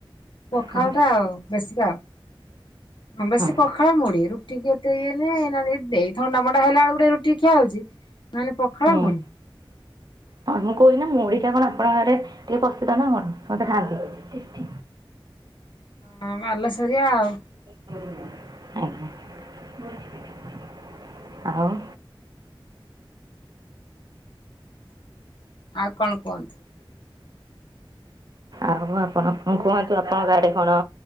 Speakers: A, on the left; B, on the right.
A: ପଖାଳ
B: ହଁ
A: ଟା ଆଉ। ବେଶିକା ଆଉ। ବେଶୀ
B: ହଁ
A: ପଖାଳ, ମୁଢି, ରୁଟି କିଏ ତେ ଇଏ ନେ ନାଇ ନ ଦେଇ ଥଣ୍ଡା ମଣ୍ଡା ହେଲା ବେଳେ କୁ ଗୋଟେ ରୁଟି ଖିଆ ହଉଛି ନହେଲେ ପଖାଳ,
B: ହୁଁ
A: ମୁଡି।
B: ହଁ ମୁଁ କହୁଚି ନା ମୁଢି ଟା କଣ ଆପଣଙ୍କ ଆଡେ ଟିକେ ପ୍ରସିଦ୍ଧ ନା କଣ ସମସ୍ତେ ଖାଆନ୍ତି।
A: ହଁ ବାଲେଶରିଆ ଆଉ।
B: <unintelligible> ଆଉ
A: ଆଉ କଣ କୁହନ୍ତୁ?
B: ଆଉ ଆପଣ କଣ କୁହନ୍ତୁ ଆପଣଙ୍କ ଆଡେ କଣ